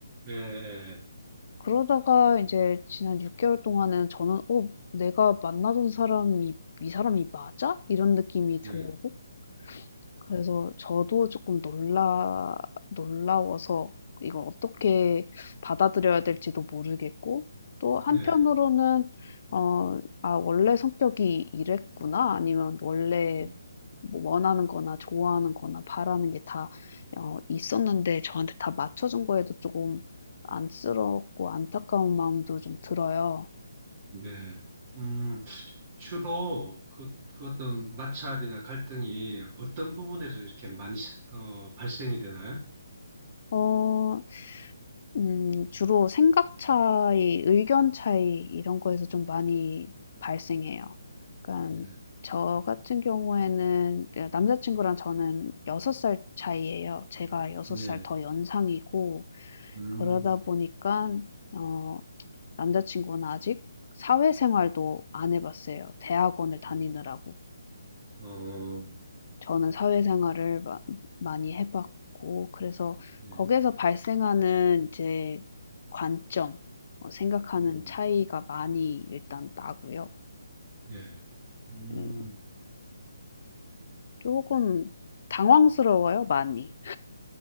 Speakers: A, on the right (about 30°); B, on the left (about 40°).
A: 예, 예,
B: 그러다가 인제 지난 6 개월 동안은 저는 '어 내가 만나던 사람이 이 사람이 맞아?' 이런 느낌이 음. 들고
A: 예, 예,
B: 그래서 저도 조금 놀라 놀라워서 이걸 어떻게 받아들여야 될지도 모르겠고 또 한편으로는
A: 예,
B: 어 '아 원래 성격이 이랬구나.' 아니면 원래
A: 음,
B: 뭐 원하는 거나 좋아하는 거나 바라는 게 다 어 있었는데 저한테 다 맞춰 준 거에도 조금 안쓰럽고 안타까운 마음도 좀 들어요.
A: 네. 음, 주로 그, 그 어떤 마찰이나 갈등이 어떤 부분에서 이렇게 많이 어, 발생이 되나요?
B: 어 음 주로 생각 차이, 의견 차이 이런 거에서 좀 많이 발생해요. 그러니까
A: 예,
B: 저 같은 경우에는 네 남자 친구랑 저는 6살 차이예요. 제가 6살
A: 예,
B: 더 연상이고
A: 음,
B: 그러다 보니까 어 남자 친구는 아직 사회생활도 안 해 봤어요, 대학원을 다니느라고.
A: 예, 어,
B: 저는 사회생활을 마 많이 해 봤고 그래서
A: 예,
B: 거기에서 발생하는 이제 관점 어 생각하는
A: 음,
B: 음. 차이가 많이 일단 나고요.
A: 예, 음.
B: 음금 당황스러워요 많이.